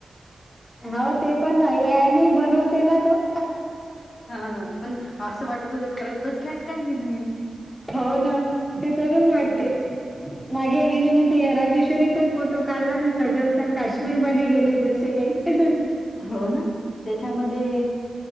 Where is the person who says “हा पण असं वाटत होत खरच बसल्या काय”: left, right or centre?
Left